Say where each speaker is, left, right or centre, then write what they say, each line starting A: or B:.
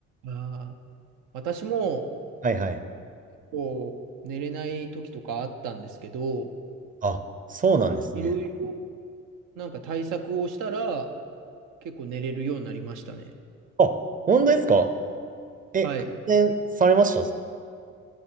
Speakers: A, on the right (about 85°); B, on the right (about 25°).
A: ああ、私も、
B: はいはい。
A: こう、寝れない時とかあったんですけど、
B: あ、そうなんですね。
A: いろいろなんか対策をしたら、結構寝れるようになりましたね。
B: あ、本当ですかえ、
A: はい。
B: 改善されました